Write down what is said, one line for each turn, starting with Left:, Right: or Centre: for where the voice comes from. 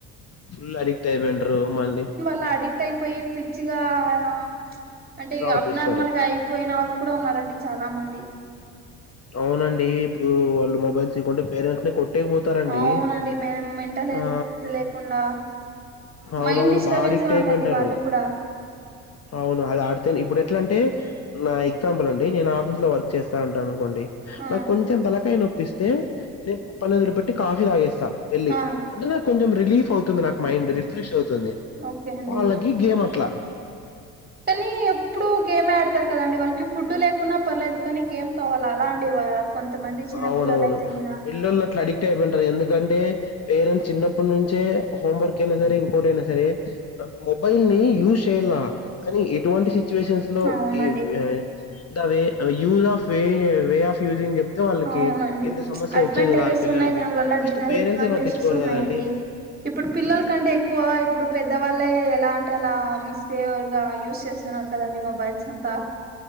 Left: ఫుల్ అడిక్ట్ అయిపోయింటరు మళ్ళీ
Right: లా అడిక్ట్ అయిపోయి పిచ్చిగా ఆ అంటే
Left: ప్రవర్తిస్తారు
Right: అబ్నార్మల్ గా అయి పోయిన వాళ్ళు కూడా ఉన్నారండి చాలా మంది
Left: అవునండి ఇప్పుడు వాళ్ళు మొబైల్ ఇయకుంటే పేరెంట్స్నే కొట్ ట్టే పోతారండి
Right: అవునండి మే మెంటల్ హెల్త్
Left: ఆ
Right: లేకుండా
Left: అవునవును
Right: మైండ్ డిస్టర్బెన్స్
Left: బా అడిక్ట్
Right: గా
Left: అయిపోయింటారు
Right: ఉంటది వాళ్ళు కూడా
Left: అవును అది ఆడితేనే ఇప్పుడు ఎట్లా అంటే నా ఎగ్జాంపుల్ అండి నేను ఆఫీస్ లో వర్క్ చేస్తా ఉంటా అనుకోండి
Right: ఆ
Left: నాకు కొంచెం తలకాయ నొప్పిస్తే నేను పనొదిలి పెట్టి కాఫీ తాగేస్తా వెళ్ళి
Right: ఆ
Left: అంటే నాకు కొంచెం రిలీఫ్ అవుతుంది నాకు మైండ్ రిఫ్రెష్ అవుతుంది
Right: ఓకే అండి
Left: వాళ్ళకి గేమ్ అట్లా
Right: కానీ ఎప్పుడు గేమే ఆడతారు కదండి వాళ్ళకి ఫుడ్డు లేకున్నా పర్లేదు కానీ గేమ్ కావాల అలా అండి వా కొంతమంది చిన్న
Left: అవునవును
Right: పిల్లలు అయితే గిన
Left: పెల్లోల్లట్లడిగ్ క్ట్ అయిపోయింటరు ఎందుకంటే పేరెంట్స్ చిన్నప్పటి నుంచే హోం వర్క్ అయినా సరే ఇంకోటైనా సరే మోబైల్ని యూస్ చేయ్లా కనీ ఎటువంటి సిచ్యువేషన్స్ లో
Right: అవునండి
Left: ఎవ్ య దవే యూజ్ ఆఫ్ వే ఇంగ వే ఆఫ్ యూజింగ్ చెప్ తే వాళ్ళకి
Right: అవునండి
Left: ఇంత సమస్య
Right: అడ్వాంటేజెస్
Left: వచ్చేదే గాదు పిల్లలకి,
Right: ఉన్నాయి దాని వల్ల
Left: ఫస్ట్
Right: డిసడ్వాంటేజెస్
Left: పేరెంట్సే పట్టించుకోరు
Right: ఉన్నాయండి
Left: కదండి.
Right: ఇప్పుడు పిల్లల కంటే ఎక్కువ ఇప్పుడు పెద్దవాళ్ళే ఎలా అంటే అలా మిస్ బిహేవిర్గా యూజ్ చేస్తున్నారు. కదండి మొబైల్స్ అంతా.